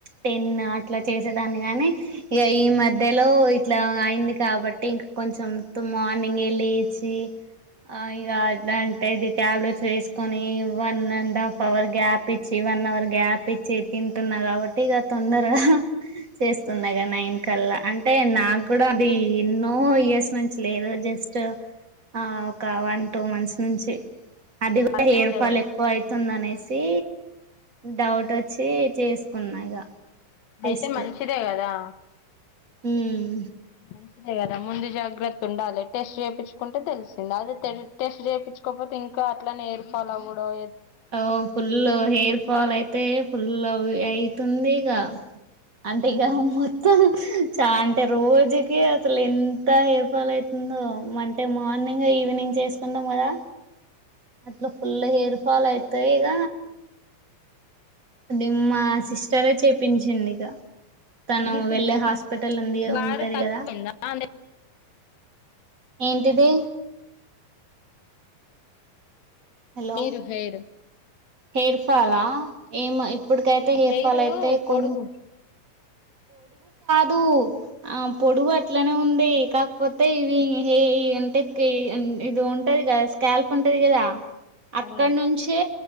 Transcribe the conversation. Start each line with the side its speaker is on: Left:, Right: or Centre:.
Right: టెన్ అట్లా చేసేదాన్ని గాని ఇక ఈ మధ్యలో ఇట్లా అయింది కాబట్టి ఇంక కొంచెం ఇప్పుడు మార్నింగే లేచి ఆ ఇగ అంటే ఇది ట్యాబ్లెట్స్ వేసుకొని one and half hour gap ఇచ్చి వన్ అవర్ గ్యాప్ ఇచ్చి తింటున్నా కాబట్టి ఇక తొందరగా చేస్తునగా నైన్కల్లా అంటే నాకు కూడా అది ఎన్నో ఇయర్స్ నుంచి లేదు జస్ట్ ఆ ఒక వన్ టూ మంత్స్ నుంచి అది కూడా
Left: అదేలే
Right: హెయిర్ ఫాల్ ఎక్కువ అయ్తుంది అనేసి డౌట్ వచ్చి వచ్చి చేసుకున్నా ఇగ టెస్ట్
Left: అయితే మంచిదే కదా
Right: ఉమ్
Left: మం దే కదా ముందు జాగ్రత్త ఉండాలి టెస్ట్ చేపించుకుంటే తెలిసింది అదే టెస్ట్ చేపించుకోపోతే ఇంకా కా అట్లానే హెయిర్ఫాల్ అవ్వడం
Right: ఓ ఫుల్ హెయిర్ ఫాల్ అయితే ఫుల్ ఐతుందిగా అంటే
Left: మ్మ్.
Right: ఇక మొత్తం చా అంటే రోజుకి అసలు ఎంత హెయిర్ ఫాల్ అవుతుందో అంటే మార్నింగ్ అయి ఈవినింగ్స్ వేస్కుంటాం కదా అట్ల ఫుల్గ హెయిర్ ఫాల్ ఐతే ఈగ డిమా సిస్టరే చేపించింది తను
Left: జిట్టు
Right: వెళ్ళే హాస్పిటల్ ఉంది
Left: బారు
Right: ఉంటది
Left: తక్కువయిందా
Right: కదా ఏంటిది హలో
Left: హైరు హైరు
Right: హెయిర్ ఫాల్లా ఏం ఇప్పుటికైతే హెయిర్
Left: హెయిరు
Right: ఫాల్ అయితే కొ
Left: పొడుగు
Right: దు ఆ పొడువు అట్లనే ఉంది కాకపోతే ఇవి ఏ అంటే ఇది ఉంటా కదా స్కేల్ప్ ఉంటది కదా అక్కడ
Left: అవును
Right: నుంచే